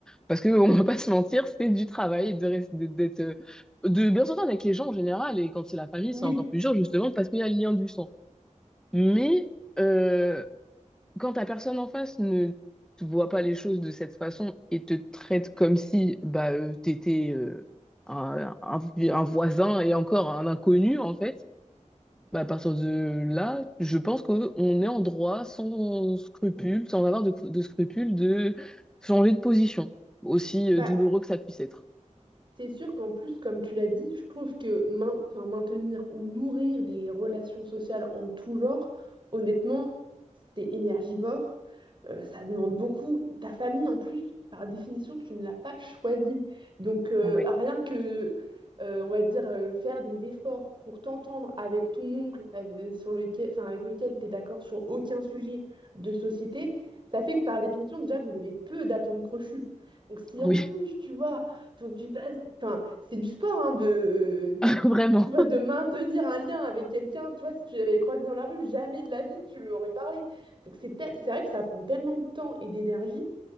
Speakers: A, in the centre; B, on the right.
A: Parce que, <laughs> on va pas se mentir, c'est du travail de, res- de- d'être, euh, de bien s'entendre avec les gens en général, et quand c'est la famille,
B: Oui.
A: c'est encore plus dur, justement, parce qu'il y a le lien du sang. Mais, euh, quand la personne en face ne te voit pas les choses de cette façon et te traite comme si bah, euh, t'étais euh, un, un- un voisin et encore un inconnu, en fait, bah, à partir de là, je pense qu'on est en droit sans scrupule, sans avoir de, de scrupule, de changer de position, aussi
B: Bah,
A: euh, douloureux que ça puisse être.
B: C'est sûr qu'en plus, comme tu l'as dit, je trouve que main- enfin, maintenir ou nourrir des relations sociales en tout genre, honnêtement, c'est énergivore, euh, ça demande beaucoup. Ta famille, en plus, par définition, tu ne l'as pas choisie. Donc, euh,
A: Ouais.
B: rien que, euh, on va dire, euh, faire des efforts pour t'entendre avec ton oncle avec, sur lequel, enfin, avec lequel tu es d'accord sur aucun sujet de société, ça fait que par définition, déjà, vous avez peu d'atomes crochus. Donc, si en
A: Oui,
B: plus, tu vois, faut que tu fasses. Enfin, c'est du sport, hein, de,
A: <laughs> vraiment.
B: tu vois, de maintenir un lien avec quelqu'un. Tu vois, si tu l'avais croisé dans la rue, jamais de la vie, tu lui aurais parlé. Donc, c'est tel- c'est vrai que ça prend tellement de temps et d'énergie